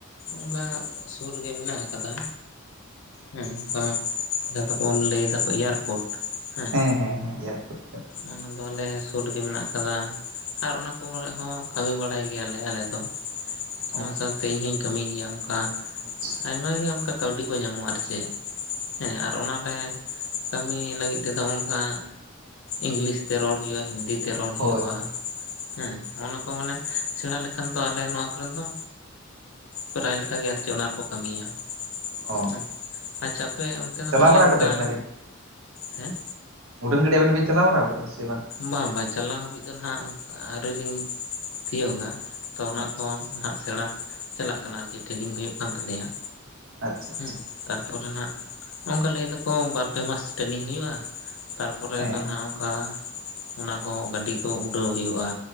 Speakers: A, on the left; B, on the right.
A: ᱚᱱᱠᱟ ᱥᱚᱨᱚᱜᱮ ᱢᱤᱱᱟᱝ ᱟᱠᱟᱫᱟ᱾ ᱦᱮᱸ ᱟ ᱡᱟᱦᱟᱸ ᱫᱚᱠᱚ ᱵᱚᱱ ᱞᱟᱹᱭ ᱫᱟᱠᱚ ᱮᱭᱟᱨᱯᱳᱨᱴ ᱦᱮᱸ᱾
B: ᱦᱮᱸ ᱦᱮᱸ ᱦᱮᱸ ᱮᱭᱟᱨᱯᱳᱨᱴ
A: ᱚᱱᱟ ᱫᱚ ᱟᱞᱮ ᱥᱳᱨ ᱨᱮᱜᱮᱢᱮ ᱟᱜ ᱠᱟᱫᱟ᱾ ᱟᱨ ᱥᱩᱨᱜᱮ ᱢᱮᱱᱟᱜ ᱟᱠᱟᱫᱟ ᱟᱨ ᱚᱱᱟ ᱠᱚ ᱦᱚᱸ ᱠᱟᱹᱢᱤ ᱵᱟᱲᱟᱭ ᱜᱮᱭᱟᱞᱮ ᱟᱞᱮ᱾ ᱫᱚ
B: ᱚ
A: ᱚᱱᱟ ᱥᱟᱶᱛᱮ ᱤᱧ ᱦᱚᱧ ᱠᱟᱹᱢᱤ ᱜᱮᱭᱟ ᱚᱱᱠᱟ
B: ᱟᱪᱪᱷᱟ
A: ᱟᱭᱢᱟ ᱜᱮ ᱚᱱᱠᱟ ᱠᱟᱹᱣᱰᱤ ᱠᱚ ᱧᱟᱢᱟ-ᱟ, ᱟᱨ ᱪᱮᱫ? ᱦᱮᱸ ᱟᱨ ᱚᱱᱟᱨᱮ ᱠᱟᱹᱢᱤ ᱞᱟᱹᱜᱤᱫ ᱛᱮᱫᱚ ᱚᱱᱠᱟ ᱤᱝᱞᱤᱥ ᱛᱮ ᱨᱚᱲ ᱦᱩᱭᱩᱜᱼᱟ, ᱦᱤᱱᱫᱤ ᱛᱮ ᱨᱚᱲ
B: ᱦᱳᱭ
A: ᱦᱩᱭᱩᱜᱼᱟ᱾
B: ᱦᱳᱭ
A: ᱦᱮᱸ ᱚᱱᱟ ᱠᱚ ᱢᱟᱱᱮ ᱥᱮᱬᱟ ᱞᱮᱠᱷᱟᱱ ᱫᱚ ᱟᱞᱮ ᱱᱚᱣᱟ ᱠᱚᱨᱮ ᱫᱚ ᱯᱨᱟᱭ ᱞᱮᱠᱟᱜᱮ ᱟᱨ ᱪᱮᱫ ᱚᱱᱟ ᱨᱮᱠᱚ ᱠᱟᱹᱢᱤᱭᱟ
B: ᱚ
A: ᱦᱮᱸ᱾ ᱟᱪᱪᱷᱟ ᱟᱯᱮ ᱚᱱᱛᱮ ᱫᱚ
B: ᱪᱟᱞᱟᱣ
A: ᱛᱟᱦᱚᱞᱮ
B: ᱵᱟᱲᱟ
A: ᱚᱱᱠᱟ
B: ᱠᱟᱫᱟ ᱵᱤᱱ ᱟᱹᱵᱤᱱ
A: ᱦᱮᱸ
B: ᱩᱰᱟᱹᱱ ᱜᱟᱹᱪᱟᱟᱵ ᱵᱤᱱ ᱪᱟᱞᱟᱣᱲᱟ ᱟᱠᱟᱫᱟ ᱥᱮ ᱵᱟᱝ?
A: ᱵᱟᱝ ᱵᱟᱭ ᱪᱟᱞᱟᱣ ᱦᱟᱹᱵᱤᱡ ᱫᱚ ᱱᱟᱦᱟᱜ ᱟᱹᱣᱨᱤᱞᱤᱧ ᱛᱤᱭᱚᱜᱟ᱾ ᱛᱚ ᱚᱱᱟ
B: ᱟᱪᱪᱷᱟ
A: ᱠᱚᱦᱚᱸ ᱱᱟᱟᱜ ᱥᱮᱨᱟ ᱪᱟᱞᱟᱜ ᱠᱟᱱᱟ ᱪᱟᱞᱟᱜ ᱟᱨᱠᱤ ᱟᱨᱠᱤ ᱴᱨᱮᱱᱤᱝ ᱦᱩᱭᱩᱜ ᱠᱟᱱ ᱛᱟᱞᱮᱭᱭᱟ
B: ᱟᱪᱪᱷᱟ ᱟᱪᱪᱷᱟ
A: ᱦᱩᱸ ᱛᱟᱨᱯᱚᱨᱮ ᱱᱟᱦᱟᱸᱜ ᱚᱱᱠᱟ ᱞᱟᱹᱭ ᱫᱟᱠᱚ ᱵᱟᱨ ᱯᱮ ᱢᱟᱥ ᱴᱨᱮᱱᱤᱝ ᱦᱩᱭᱩᱜᱼᱟ᱾ ᱛᱟᱨᱯᱚᱨᱮ
B: ᱦᱮᱸ
A: ᱫᱚ ᱱᱦᱟᱸᱜ ᱚᱱᱠᱟ ᱚᱱᱟ ᱠᱚᱦᱚᱸ ᱜᱟᱹᱰᱤ ᱠᱚ ᱩᱰᱟᱹᱣ ᱦᱩᱭᱩᱜᱼᱟ᱾